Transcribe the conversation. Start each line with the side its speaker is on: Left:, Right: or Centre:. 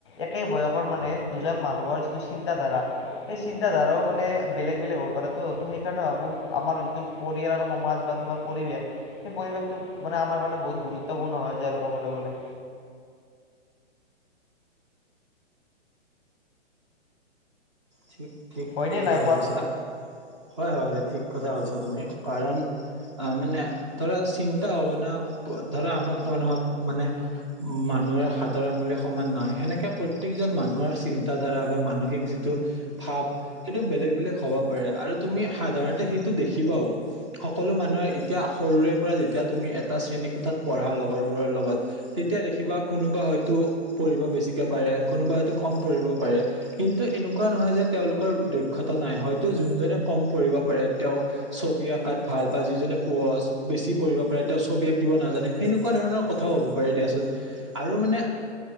Left: একে বয়সৰ মানে দুজন মানু মানুহৰ যিটো চিন্তা ধাৰা সেই চিন্তা ধাৰাও মানে বেলেগ বেলেগ হ'ব পাৰে' ত সেইকাৰণে ভাবো তোমাৰ যিটো পৰিয়াল আৰু সমাজ বা তোমাৰ পৰিৱেশ সেই পৰিৱেশটো মানে আমাৰ কাৰণে বহুত গুৰুত্বপূৰ্ণ হয় যায় আৰু ক'বলৈ গ'লে।
Right: ঠিক ঠিক
Left: হয়নে
Right: ঠিক
Left: নাই
Right: কথা কৈছা। হয় হয় হয় ঠিক কথা কৈছা তুমি। কাৰণ আ মানে ধৰা চিন্তা হব ন প ধৰা আমাক ক নহয় মানে মানুহৰ হাতৰ আঙুলি সমান নহয় সেনেকে প্ৰত্যেকজন মানুহৰ চিন্তা ধাৰা বা মানসিক যিটো ভাব সেইটো বেলেগ বেলেগ হ'ব পাৰে আৰু তুমি সাধাৰণতে সেইটো দেখিবাও সকল লো মানুহৰ এতিয়া সৰুৰে পৰা যেতিয়া তুমি এটা শ্ৰেণী কোঠাত পঢ়া লগৰবোৰৰ লগত তেতিয়া দেখি বা কোনোবা হয়তো পঢ়িব বেছিকে পাৰে কোনোবা হয়তো কম পঢ়িব পাৰে কিন্তু এনো কুৱা নহয় যে তেওঁলোকৰ দক্ষতা নাই হয়তো যোনজনে কম পঢ়িব পাৰে তেওঁ ছবি আকাত ভা ল বা যিজনে পচ বেছি পঢ়িব পাৰে তেওঁ ছবি আকিব নাজানে সেনেকুৱা ধৰণৰ কথাও হ'ব পাৰে দিয়াচোন। আৰু মানে